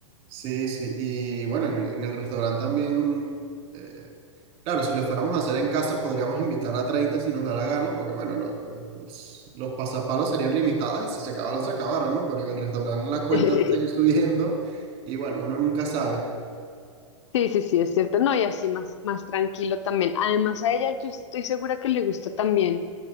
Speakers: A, on the right; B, on the left.
A: Sí, sí, y bueno, en el, en el restaurante también eh, Claro, si lo fuéramos a hacer en casa, podríamos invitar a 30 si nos da la gana, porque bueno, lo- lo- los, los pasapalos serían limitados y si se acabaron, se acabaron, ¿no? Pero en el restaurante la cuenta
B: <laughs>
A: va a seguir subiendo y bueno, uno nunca sabe.
B: Sí, sí, sí, es cierto. No, y así más, más tranquilo también. Además, a ella yo estoy segura que le gusta también.